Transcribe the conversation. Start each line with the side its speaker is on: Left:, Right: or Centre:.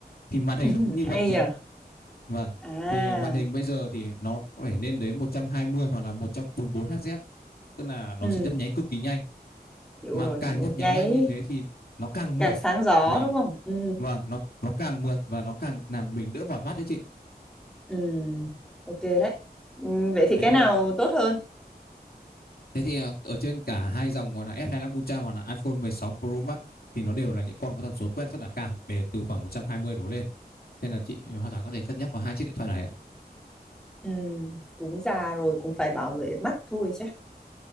Left: thì màn hình
Centre: <laughs>
Left: nó cũng như vậy
Centre: hay
Left: chị
Centre: nhỉ
Left: ạ Vâng
Centre: à
Left: thì màn hình bây giờ thì nó phải lên đến 120 hoặc là 144 Hz tức là nó
Centre: ừ
Left: sẽ nhấp nháy cực kỳ nhanh
Centre: hiểu
Left: mà
Centre: rồi
Left: càng
Centre: hiểu rồi
Left: nhấp nháy
Centre: nháy
Left: nhanh như thế thì nó càng mượt
Centre: càng sáng gió
Left: và
Centre: đúng không ừ
Left: vâng nó nó càng mượt và nó càng làm mình đỡ mỏi mắt đấy chị
Centre: ừ ok đấy ừ, vậy thì
Left: thế
Centre: cái
Left: thì
Centre: nào
Left: à,
Centre: tốt hơn
Left: thế thì à, ở trên cả hai dòng gọi là s hai mươi lăm Ultra hoặc là iPhone mười sáu Pro Max thì nó đều là những con có tần số quét rất là cao để từ khoảng 120 đổ lên nên là chị hoàn toàn có thể cân nhắc vào hai chiếc điện thoại này ạ
Centre: ừ cũng già rồi cũng phải bảo vệ mắt thôi chứ